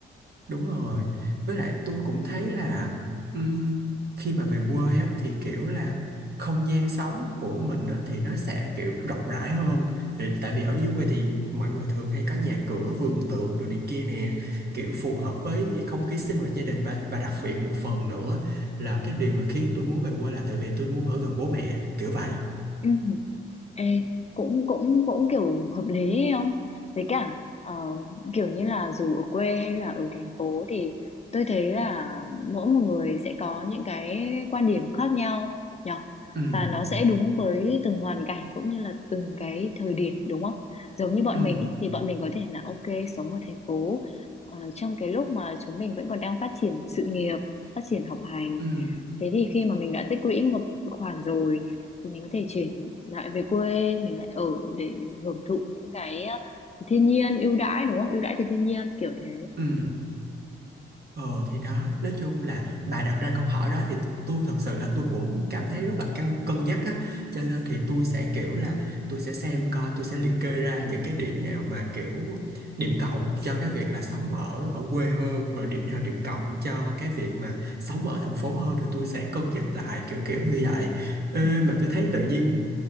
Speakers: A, on the right; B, on the left.
A: Đúng rồi. Với lại tôi cũng thấy là ừm, khi mà về quê á, thì kiểu là không gian sống của mình á, thì nó sẽ kiểu rộng rãi hơn. Vì tại vì ở dưới quê thì mọi người thường hay có nhà cửa, vườn tược đồ này kia nè, kiểu phù hợp với không khí sinh hoạt gia đình và và đặc biệt một phần nữa là cái điều mà khiến tôi muốn về quê là tại vì tôi muốn ở gần bố mẹ, kiểu vậy.
B: ừ. Ê, cũng cũng cũng kiểu hợp lý ấy không? Với cả ờ, kiểu như là dù ở quê hay là ở thành phố thì tôi thấy là mỗi một người sẽ có những cái quan điểm khác nhau nhỉ?
A: Ừ,
B: Và nó sẽ đúng với từng hoàn cảnh cũng như là từng cái thời điểm đúng không? Giống như bọn
A: ừ,
B: mình ý, thì bọn mình có thể là ok sống ở thành phố ờ, trong cái lúc mà chúng mình vẫn còn đang phát triển sự nghiệp, phát triển học hành.
A: ừ,
B: Thế thì khi mà mình đã tích lũy một khoản rồi thì mình có thể chuyển lại về quê mình lại ở để hưởng thụ những cái ờ, thiên nhiên ưu đãi đúng không ưu đãi từ thiên nhiên kiểu thế
A: ừ. Ờ thì đó, nói chung là bà đặt ra câu hỏi đó thì tôi thật sự là tôi cũng cảm thấy rất là cân cân nhắc á, cho nên thì tôi sẽ kiểu là tôi sẽ xem coi tôi sẽ liệt kê ra những cái điểm nào mà kiểu điểm cộng cho cái việc là sống ở ở quê hơn rồi điểm nào điểm cộng cho cái việc mà sống ở thành phố hơn thì tôi sẽ cân nhắc lại kiểu kiểu như vậy. Ê,
B: ừ.
A: mà tôi thấy tự nhiên